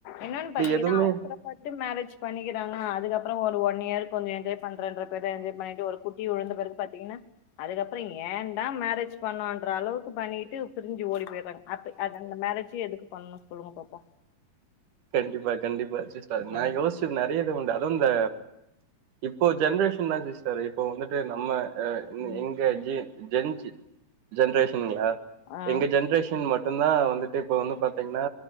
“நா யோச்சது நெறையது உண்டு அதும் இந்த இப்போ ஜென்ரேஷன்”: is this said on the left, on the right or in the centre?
Right